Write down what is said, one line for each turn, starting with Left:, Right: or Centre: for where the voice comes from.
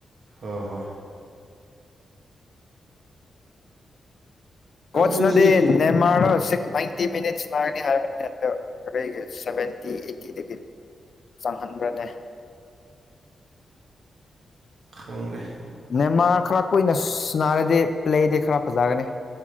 Right: ꯍꯣꯏ ꯍꯣꯏ
Left: ꯀꯣꯆ
Right: ꯑꯗꯨꯗꯒꯤ
Left: ꯅꯗꯤ ꯅꯦꯃꯥꯔ ꯁꯤ ꯐꯇꯤ ꯃꯤꯅꯤꯠ ꯂꯥꯡꯅꯤ ꯍꯥꯏꯕꯅꯤ ꯍꯟꯗ ꯁꯚꯦꯟꯇꯤ ꯑꯩꯠꯇꯤꯗꯒꯤ ꯆꯪꯍꯟꯕ꯭ꯔꯅꯦ
Right: ꯈꯪꯅꯦ
Left: ꯅꯦꯃꯥ ꯈꯔ ꯀꯨꯏꯅ ꯁꯅꯔꯗꯤ ꯄ꯭ꯂꯦꯗꯤ ꯈꯔ ꯐꯖꯒꯅꯤ